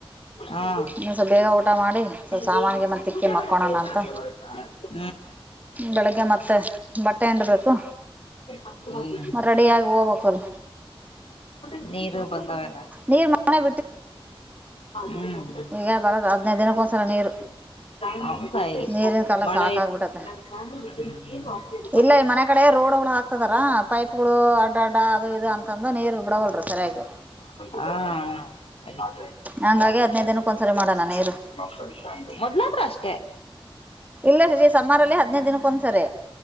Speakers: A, on the left; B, on the right.
A: ಹಾ
B: ಇನ್ನಂದು ಸ್ ಬೇಗ ಊಟ ಮಾಡಿ. ಸ್ವಲ್ಪ ಸಾಮಾನಿಗೆ
A: ಗೆ ನು
B: ಮತ್ತ ತಿಕ್ಕಿ
A: ಪೂಜೆ
B: ಮಕ್ಕೋಳೋಣ
A: ಮಾಡಕ್ ಬಂದ್ರ <unintelligible>
B: ಅಂತ ಬೆಳಿಗ್ಗೆ ಮತ್ತೆ ಬಟ್ಟೆ ಹಿಂಡಬೇಕು
A: ಹ್ಮ
B: ಮತ್ ರೆಡಿಯಾಗಿ ಹೋಗ್ಬೇಕಲ್
A: <unintelligible> ನೀರು ಬಂದವೆನಾ
B: ನೀರ್ ಮನೆ
A: ಹ್ಮ್.
B: ಎ ಬಾರದ್ ಆತ್ ಹದಿನೈದ್ ದಿನಕ್ಕೋಸರ ನೀರು.
A: ಹತಾಯ
B: ನೀರಿನ ಕಾಲ
A: ಮಳೆ
B: ಸಾಕಾಗ್ಬಿಟ್ಟತೆ
A: <unintelligible>
B: ಇಲ್ಲ ಮನೆ ಈ ಕಡೆ ರೋಡ್ಗಳು ಹಾಕ್ತದಾರ ಪೈಪ್ ಗಳು ಅಡ್ಡ ಅಡ್ಡ ಅದು ಇದು ಅಂತಂದು ನೀರ್ ಬಿಡವಲ್ರ ಸರಿಯಾಗಿ.
A: ಹ್ಮ <unintelligible>
B: ಹಂಗಾಗಿ ಹದ್ನೈದು ದಿನಕ್ಕೆ ಒಂದ್ಸರಿ ಮಾಡೋಣ ನೀರು
A: ಮೊದ್ಲತ್ರ ಅಷ್ಟೆ.
B: ಇಲ್ಲ ಶಶಿ ಸಮ್ಮರ್ ಅಲ್ಲೆ ಹದಿನೈದ ದಿನಕ್ ಒಂದ್ಸರಿ.